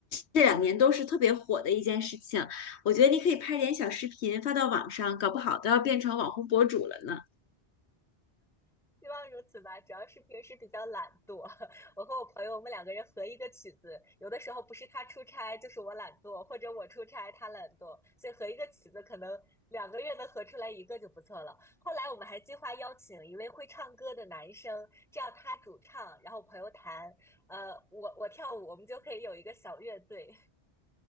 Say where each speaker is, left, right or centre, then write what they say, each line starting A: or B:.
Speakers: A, on the left; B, in the centre.
A: 这两年都是特别火的一件事情。我觉得你可以拍点小视频发到网上，搞不好都要变成网红博主了呢。
B: 希望如此吧，主要是平时比较懒惰。<laughs> 我和我朋友，我们两个人合一个曲子，有的时候不是他出差，就是我懒惰，或者我出差他懒惰，所以合一个曲子可能两个月能合出来一个就不错了。后来我们还计划邀请一位会唱歌的男生，这样他主唱，然后朋友弹，呃，我我跳舞，我们就可以有一个小乐队。